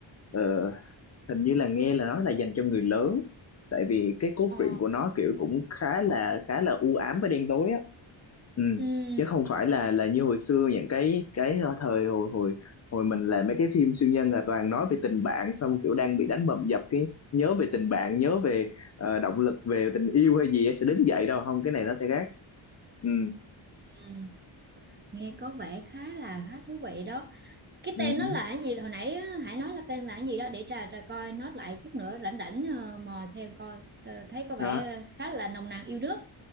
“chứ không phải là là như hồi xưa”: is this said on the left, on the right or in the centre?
Left